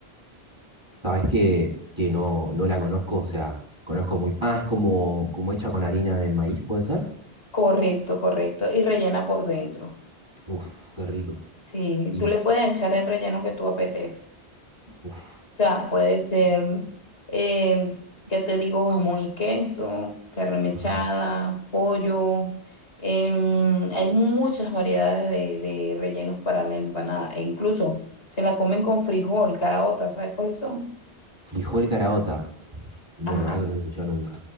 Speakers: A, on the right; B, on the left.
A: Sabes que, que no, no la conozco, o sea, conozco muy. Ah, es como, como hecha con harina de maíz, ¿puede ser?
B: Correcto, correcto. Y rellena por dentro.
A: Uf, qué rico.
B: Sí,
A: Y,
B: tú le puedes echar el relleno que tú apetezcas.
A: uf,
B: sea, puede ser, eh, ya te digo, jamón y queso, carne mechada,
A: ajá.
B: pollo. em, hay muchas variedades de, de rellenos para la empanada. E incluso se la comen con frijol, caraotas, ¿sabes cuáles son?
A: Frijol caraota. No,
B: Ajá.
A: la verdad que no lo he escuchado nunca.